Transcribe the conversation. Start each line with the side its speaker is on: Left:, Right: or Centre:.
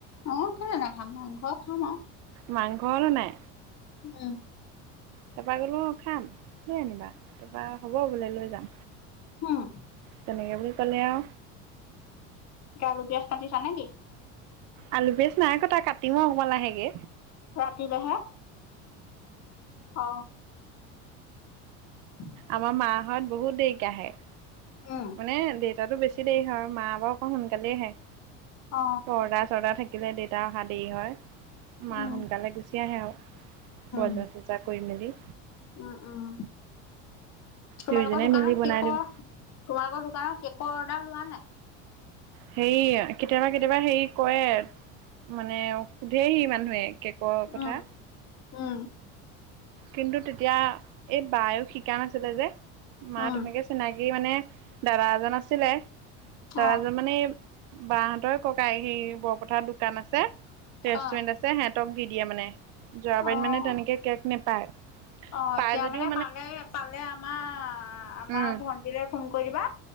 Left: অ কেলে নাখাম মাংস খাম আও।
Right: মাংস হলোঁ নাই।
Left: উম।
Right: তা পা ক'লো খাম লৈ আনিবা তা পা হ'ব বোলে লৈ যাম।
Left: উম,
Right: তেনেকে বুলি ক'লে আও।
Left: আলু পিয়াঁজ কাটিছা নে কি?
Right: আলু পিয়াঁজ নাই কটা কাটিম আৰু অকণমান লাহেকে।
Left: ৰাতিলেহে। অ। <unintelligible>
Right: আমাৰ মাহঁত বহুত দেৰিকে আহে।
Left: উম,
Right: মানে দেউতাটো বেছি দেৰি হয়, মা ক অকণ সোনকালেই আহে।
Left: অ।
Right: পৰ্দা চৰ্দা থাকিলে দেউতা অহা দেৰি হয়। মা
Left: উম,
Right: সোনকালে গুচি আহে আৰু
Left: উম,
Right: বজাৰ চজা কৰি মেলি।
Left: উম উম তোমালোকৰ
Right: দুয়োজনে
Left: দোকানত
Right: মিলি বনাই
Left: কেক তোমালোকৰ
Right: দিওঁ
Left: দোকানত কেকৰ অৰ্ডাৰ লোৱা নাই।
Right: হেৰি কেতিয়াবা কেতিয়াবা হেৰি কৰে মানে সুধেহি মানুহে। কেকৰ কথা
Left: উম, উম,
Right: কিন্তু তেতিয়া এই বায়ে শিকা নাছিলে যে, মা
Left: উম,
Right: তেনেকে চিনাকি মানে দাদা এজন আছিলে দাদা
Left: অ',
Right: মানে বাহঁতৰ ককায়েক হে বৰপথাত দোকান আছে। ৰেষ্টুৰেণ্ট
Left: অ',
Right: আছে সিহঁতক দি দিয়ে মানে যোৱাবাৰীত
Left: অ'।
Right: মানে তেনেকে কেক নেপায়।
Left: অ
Right: পাই
Left: এতিয়া
Right: যদিও
Left: মানে পালে পালে আমাৰ আমাৰ
Right: উম
Left: ভন্টীলৈ ফোন কৰি দিবা।